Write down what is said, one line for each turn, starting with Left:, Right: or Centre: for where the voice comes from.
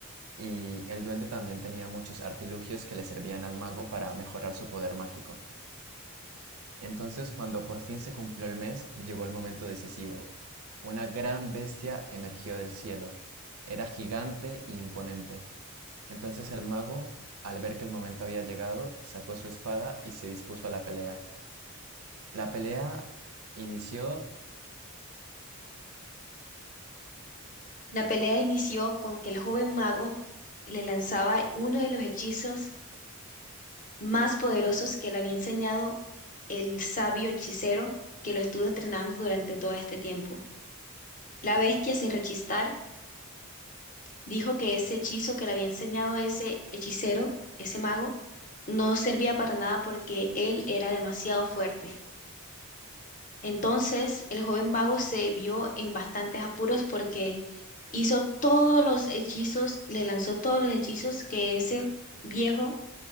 Right: y el duende también tenía muchos artilugios que le servían al mago para mejorar su poder mágico. Entonces, cuando por fin se cumplió el mes, llegó el momento decisivo. Una gran bestia emergió del cielo. Era gigante e imponente entonces el mago, al ver que el momento había llegado, sacó su espada y se dispuso a la pelea. La pelea inició,
Left: la pelea inició con que el joven mago le lanzaba uno de los hechizos más poderosos que le había enseñado el sabio hechicero que lo estuvo entrenando durante todo este tiempo. La bestia, sin rechistar, dijo que ese hechizo que le había enseñado ese hechicero, ese mago, no servía para nada porque él era demasiado fuerte. Entonces, el joven mago se vio en bastantes apuros porque hizo todos los hechizos, le lanzó todos los hechizos que ese viejo